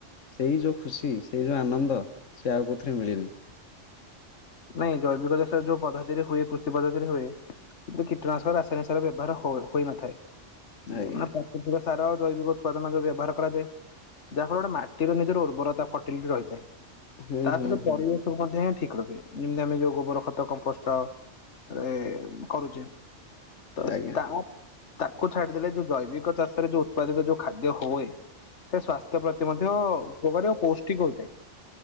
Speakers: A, on the left; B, on the left.
A: ସେଇ ଯୋଉ ଖୁସି ସେଇ ଯୋଉ ଆନନ୍ଦ ସେ ଆଉ କଉଥିରେ ମିଳେନି।
B: ନାଇଁ ଜୈବିକ ଚାଷ ଯୋଉ ପଦ୍ଧତିରେ ହୁଏ କୃଷି ପଦ୍ଧତିରେ ହୁଏ କିନ୍ତୁ କୀଟନାଶକ ରାସାୟନିକ ବ୍ୟବହାର ହୋଇନଥାଏ।
A: ଆଜ୍ଞା
B: ମାନେ ପ୍ରାକୃତିକ ସାର ଜୈବିକ ଉତ୍ପାଦନ ଯଉ ବ୍ୟବହାର କରାଯାଏ ଯାହା ଫଳରେ ଗୋଟେ ମା ତିର ନିଜର ଉର୍ବରତା ଫର୍ଟିଲିଟି ରହିଥାଏ।
A: ହୁଁ
B: ତା
A: ହୁଁ
B: ସହିତ
A: ହୁଁ
B: ପରିବେସୁମନ ଦେହେଁ ଠିକ ରଖିବ ଯେମିତି ଆମେ ଯୋଉ ଗୋବର ଖତ କମ୍ପୋଷ୍ଟ ରେ କରୁଚେ। ତୋସ
A: ଆଜ୍ଞା
B: ତାପ ତାକୁ ଛାଡିଦେଲେ ଯୋଉ ଜୈବିକ ଚାଷରେ ଯୋଉ ଉତ୍ପାଦିତ ଯୋଉ ଖାଦ୍ୟ ହଏ ତ ସ୍ଵାସ୍ଥ୍ୟ ପ୍ରତି ମଧ୍ୟ ଉପକାର ପୌଷ୍ଟିକ ହୋଇଥାଏ